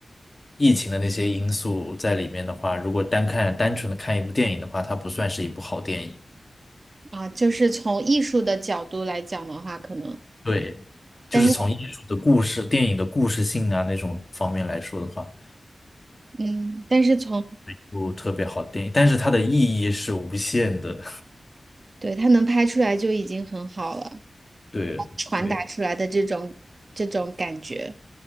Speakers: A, on the left; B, on the right.
A: 疫情的那些因素在里面的话，如果单看单纯的看一部电影的话，它不算是一部好电影。
B: 啊，就是从艺术的角度来讲的话，可能，
A: 对，
B: 但是
A: 就是从艺术的故事、电影的故事性啊那种方面来说的话。
B: 嗯，但是从
A: 不特别好的电影，但是它的意义是无限的。
B: 对，他能拍出来就已经很好了，
A: 对对
B: 传达出来的这种这种感觉，